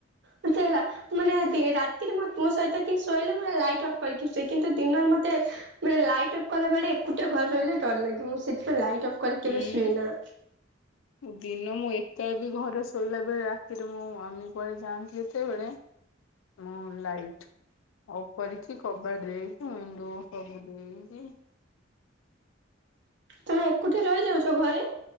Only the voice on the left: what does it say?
ହୁଁ
ଦିନ ମୁଁ ଏକାବି ଘରେ ଶୋଇଲା ବେଳେ ରାତିରେ ମୁଁ ମମି ପଳେଇ ଥାଆନ୍ତି ଯେତେବେଳେ ମୁଁ ଲାଇଟ୍ ଅଫ୍ କରିକି କବାଟ ଦେଇକି ଉଇଣ୍ଡୋ ସବୁ ଦେଇକି